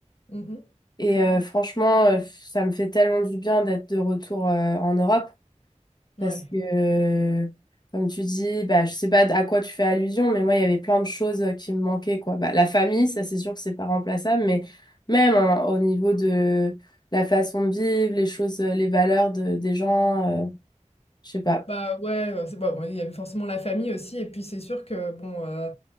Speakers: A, on the left; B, on the left.
A: Mhm.
B: Et euh, franchement, euh, ça me fait tellement du bien d'être de retour euh, en Europe
A: Ouais.
B: parce que, euh, comme tu dis, bah, je sais pas à quoi tu fais allusion, mais moi, il y avait plein de choses euh, qui me manquaient, quoi. Bah, la famille, ça, c'est sûr que c'est pas remplaçable, mais même hein, au niveau de la façon de vivre, les choses, euh, les valeurs de, des gens, euh, je sais pas.
A: Bah ouais, euh, c'est bon, il y avait forcément la famille aussi, et puis c'est sûr que, bon, euh,